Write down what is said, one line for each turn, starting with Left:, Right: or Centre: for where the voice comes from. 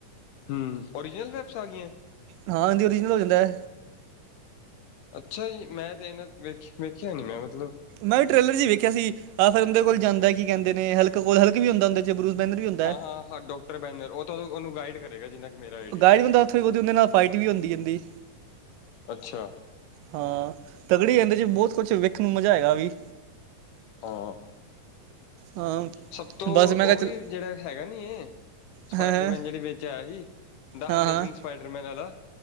Left: ਹੂੰ, ਓਰੀਜਨਲ ਵੈਬਸ ਆ ਗਈਆਂ।
Right: ਹਾਂ, ਇਹਦੀ ਓਰੀਜਨਲ ਹੋ ਜਾਂਦਾ।
Left: ਅੱਛਾ ਜੀ, ਮੈਂ ਤੇ ਇਹਨਾਂ ਵੇਖ ਵੇਖਿਆ ਨੀ ਮੈਂ ਮਤਲਬ।
Right: ਮੈਂ ਵੀ ਟ੍ਰੇਲਰ ਚ ਹੀ ਵੇਖਿਆ ਸੀ, ਆਹ ਫਿਰ ਉਹਦੇ ਕੋਲ ਜਾਂਦਾ ਕੀ ਕਹਿੰਦੇ ਨੇ ਹਲਕ ਕੋਲ, ਹਲਕ ਵੀ ਹੁੰਦਾ ਉਹਦੇ ਜਬਰੂਸ ਮੈਨਰ ਵੀ ਹੁੰਦਾ।
Left: ਹਾਂ ਹਾਂ ਡਾਕਟਰ ਬੈਨਰ ਉਹ ਤਾਂ ਉਹਨੂੰ ਗਾਈਡ ਕਰ ਹੈਗਾ ਜਿੰਨਾ ਕੁ ਮੇਰਾ ਆਈਡੀਆ
Right: ਗਾਇਡ ਵੀ ਹੁੰਦਾ, ਥੋੜ੍ਹੀ ਬਹੁਤੀ ਉਹਦੇ ਨਾਲ ਫਾਈਟ ਵੀ ਹੁੰਦੀ ਜਾਂਦੀ।
Left: ਅੱਛਾ,
Right: ਹਾਂ ਤਕੜੀ ਕਹਿੰਦੇ, ਜੇ ਬਹੁਤ ਕੁਛ ਵੇਖਣ ਨੂੰ ਮਜਾ ਹੈਗਾ ਵੀ।
Left: ਹਾਂ,
Right: ਹਾਂ,
Left: ਸਭ ਤੋਂ
Right: ਬਸ ਮੈਂ
Left: ਉਹ
Right: ਕਿਹਾ ਚੱਲ
Left: ਵੀ ਜਿਹੜਾ ਹੈਗਾ ਨੀ ਇਹ ਸਪਾਈਡਰਮੈਨ
Right: ਹੈਂ ਹੈਂ
Left: ਜਿਹੜੀ ਵਿੱਚ ਆਇਆ ਸੀ। ਦਾ
Right: ਹਾਂ
Left: ਅਮੇਜ਼ਿੰਗ
Right: ਹਾਂ
Left: ਸਪਾਈਡਰਮੈਨ ਆਲਾ